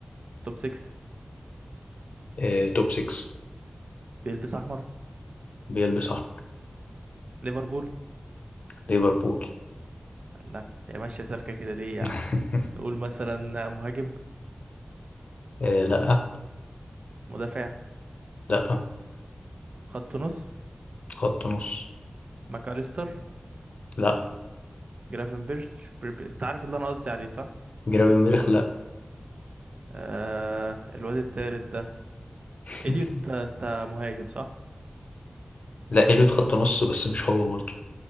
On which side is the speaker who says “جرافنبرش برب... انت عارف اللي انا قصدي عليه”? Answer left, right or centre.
Right